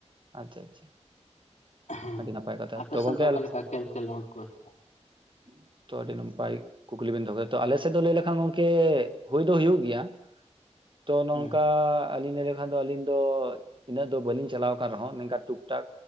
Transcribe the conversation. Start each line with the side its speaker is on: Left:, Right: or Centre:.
Right: ᱟᱪᱪᱷᱟ ᱟᱪᱪᱷᱟ
Left: ᱦᱮᱸ
Right: ᱟᱹᱰᱤ ᱱᱟᱯᱟᱭ ᱠᱟᱛᱷᱟ
Left: ᱟᱯᱮᱥᱮᱱ
Right: ᱛᱚ ᱜᱚᱝᱠᱮ
Left: ᱫᱚ ᱚᱠᱟᱞ
Right: ᱟᱞᱮ
Left: ᱞᱮᱠᱟ ᱠᱷᱮᱞ ᱠᱷᱮᱞᱚᱰ ᱠᱚ ᱦᱩᱭᱩᱜᱼᱟ?
Right: <inaudible> ᱛᱚ ᱟᱹᱰᱤ ᱱᱟᱯᱟᱭ ᱠᱩᱠᱞᱤ ᱵᱮᱱ ᱫᱚᱦᱚ ᱠᱮᱫᱟ, ᱟᱞᱮ ᱥᱮᱫ ᱫᱚ ᱞᱟᱹᱭ ᱞᱮᱠᱷᱟᱱ ᱜᱚᱝᱠᱮ ᱦᱩᱭ ᱫᱚ ᱦᱩᱭᱩᱜ ᱜᱮᱭᱟ <inaudible> ᱛᱚ ᱱᱚᱝᱠᱟ
Left: ᱦᱮᱸ
Right: ᱟᱹᱞᱤᱧ ᱞᱟᱹᱭ ᱞᱮᱠᱷᱟᱱ ᱫᱚ ᱟᱹᱞᱤᱧ ᱫᱚ ᱤᱱᱟᱹᱜ ᱫᱚ ᱵᱟᱹᱞᱤᱧ ᱪᱟᱞᱟᱣ ᱟᱠᱟᱱ ᱨᱮᱦᱚᱸ ᱱᱚᱝᱠᱟ ᱴᱩᱠ ᱴᱟᱠ